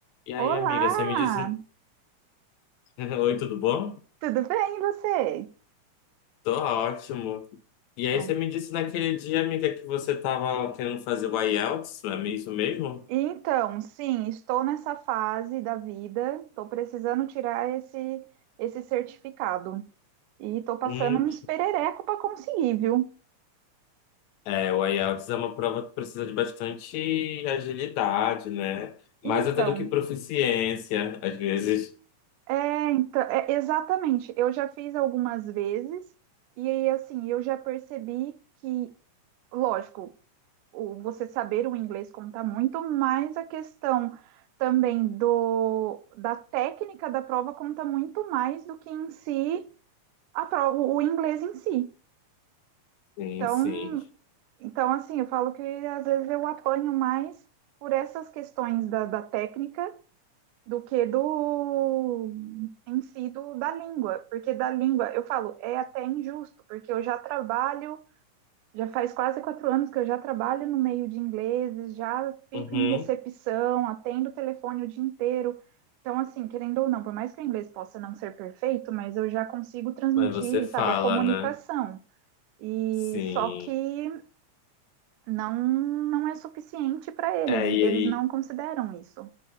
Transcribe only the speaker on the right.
Olá,
tudo bem e você?
Então,
então, sim, estou nessa fase da vida, estou precisando tirar esse esse certificado e estou passando
uns perereco para conseguir, viu?
Então,
é, então, é, exatamente. Eu já fiz algumas vezes e aí, assim, eu já percebi que, lógico, o você saber o inglês conta muito, mas a questão também do da técnica da prova conta muito mais do que em si a prova, o inglês em si.
Então,
então assim, eu falo que às vezes eu apanho mais por essas questões da, da técnica do que do em si do, da língua, porque da língua eu falo é até injusto, porque eu já trabalho Já faz quase quatro anos que eu já trabalho no meio de ingleses, já fico
em recepção, atendo o telefone o dia inteiro. Então, assim, querendo ou não, por mais que o inglês possa não ser perfeito, mas eu já consigo transmitir,
sabe, a comunicação.
E
só que não não é suficiente para eles,
e
eles
não consideram isso.